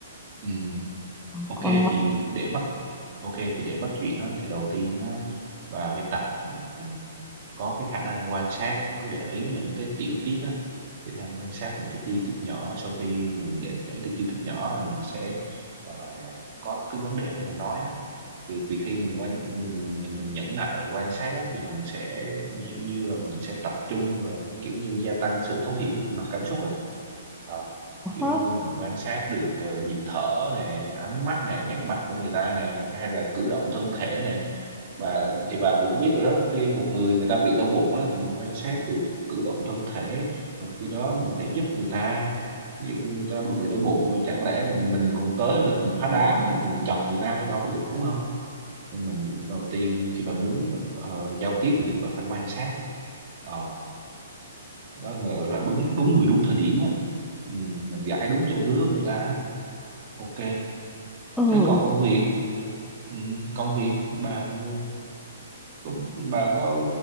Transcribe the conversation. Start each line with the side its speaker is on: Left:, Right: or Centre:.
Right: ừ. Ok
Centre: còn ngoài
Right: thì để bắt ok thì để bắt chuyện á, thì đầu tiên á, bà phải tập ừm, có cái khả năng quan sát cứ để ý những cái tiểu tiết á khả năng quan sát những cái chi tiết nhỏ sau khi mình để ý được chi tiết nhỏ là mình sẽ ờ, có cái vấn đề để mình nói á thì vì khi mình quan mình mình nhẫn nại mình quan sát á, thì mình sẽ như, như là mình sẽ tập trung và kiểu như gia tăng sự thấu hiểu về mặt cảm xúc á Ờ, kiểu
Centre: đó,
Right: như mình quan sát được ờ, nhịp thở nè ánh mắt nè nét mặt của người ta nè hay là cử động thân thể nè bà thì bà cũng biết rồi đó khi một người người ta bị đau bụng á thì mình quan sát được cử động thân thể rồi khi đó mình có thể giúp người ta ví dụ người ta bị đau bụng rồi chẳng lẽ mình, mình còn tới mình phá đám mình chọc người ta để đâu có được đúng không nên mình đầu tiên khi bà muốn ờ, giao tiếp được bà phải quan sát Ờ, đó là là đúng đúng người đúng thời điểm á ừ, mình gãi đúng chỗ ngứa của người ta á Ok,
Centre: ừ,
Right: thế còn công việc, ừ, công việc bà ừ, có- bà có